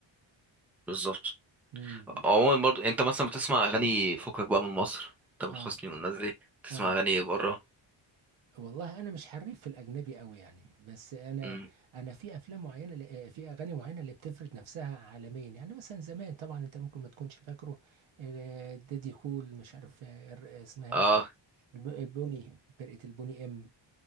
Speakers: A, in the centre; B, on the right (about 85°).
A: بالظبط
B: امم
A: عموما برضو انت مثلا بتسمع اغاني فكك بقى من مصر تامر
B: اه
A: حسني والناس دي بتسمع
B: اه
A: اغاني بره
B: والله انا مش حريف في الاجنبي قوي يعني بس انا
A: مم.
B: انا في افلام معينه ل- آه، في اغاني معينه اللي بتفرض نفسها عالميا يعني مثلا زمان طبعا انت ممكن ما تكونش فاكره آه، دادي كول مش عارف آه، الر- اسمها
A: اه
B: ايه الب- البوني فرقه البوني ام